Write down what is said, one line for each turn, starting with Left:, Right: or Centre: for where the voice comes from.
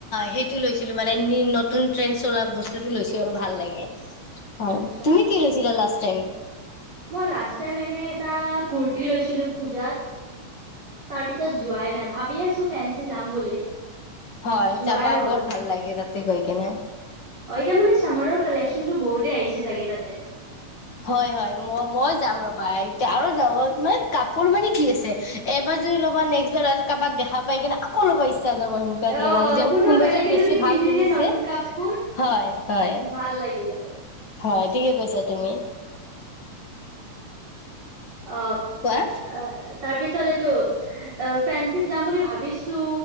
Left: সেইটো লৈছিলো মানে, নি নতুন ট্ৰেন্ড চলা বস্তুটো লৈছো আৰু ভাল লাগে। অ,
Right: আচ্ছা
Left: তুমি কি লৈছিলা লাষ্ট? টাইম
Right: মই লাষ্ট টাইম এনে এটা কুৰ্টি লৈছিলো পুজাত, তাৰ পিছত যোৱাই নাই ভাবি আছো ফেঞ্চি যাম বুলি।
Left: হয়,
Right: যোৱাই
Left: যাবা
Right: হোৱা
Left: বৰ
Right: নাই
Left: ভাল লাগে তাত তে গৈ কেনে।
Right: অ এতিয়া মানে চামাৰৰ কালেকশ্যন টো বহুতে আহিছে চাগে তাতে।
Left: হয় হয় ম-মই যাম ৰবা, এতিয়া আৰু যাব মানে কাপোৰ মানে কি আছে, এবাৰ যদি ল'বা নেক্সবাৰ কাবাক দেখা পাই কিনে আকৌ লবা ইচ্ছা চ্ছা যাব সেনেকুৱাকে
Right: অ
Left: মানে যেনে
Right: কোনোবা
Left: কোনবা
Right: বেলেগে
Left: যদি বেছি ভাল
Right: পিন্ধি
Left: পিন্ধিছে,
Right: দিয়ে নতুন কাপোৰ
Left: হয় হয়।
Right: ভাল লাগি যায়
Left: হয়, ঠিকে কৈছা তুমি।
Right: অ,
Left: কোৱা
Right: আ-আহ তাৰ পিছত এইটো, আ ফেঞ্চিত যাম বুলি ভাবিছো